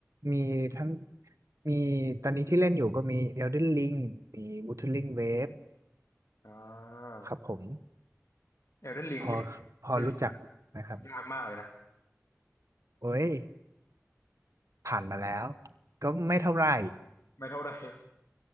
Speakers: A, on the right; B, on the left.
A: มีทั้งมีตอนนี้ที่เล่นอยู่ก็มี Elden Ring มี Wuthering Waves
B: อ่า
A: ครับผม
B: เอลเดนริงนี่
A: พอพอรู้จักนะครับ
B: ได้ยากมากเลยนะ
A: โอ้ย ผ่านมาแล้วก็ไม่เท่าไหร่
B: ไม่เท่าไหร่